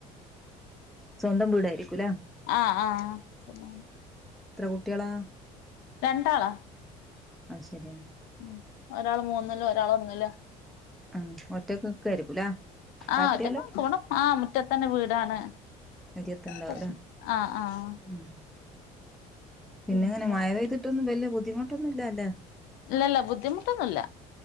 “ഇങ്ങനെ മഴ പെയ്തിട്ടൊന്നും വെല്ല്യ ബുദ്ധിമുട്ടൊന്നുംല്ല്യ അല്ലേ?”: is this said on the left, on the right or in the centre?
Centre